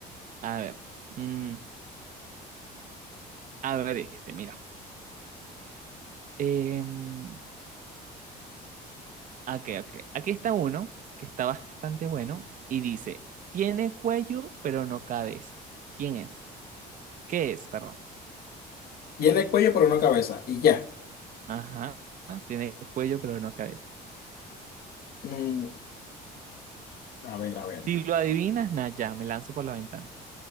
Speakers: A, on the right; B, on the left.
A: A ver, mm, a ver este, mira. Em, ok, ok. Aquí está uno que está bastante bueno y dice, tiene cuello pero no cabeza. ¿Quién es? ¿Qué es? Perdón.
B: Tiene el cuello, pero no cabeza. Y ya.
A: Ajá, tiene cuello pero no cabeza.
B: Mm, a ver, a
A: Si
B: ver.
A: lo adivinas, nada, ya, me lanzo por la ventana.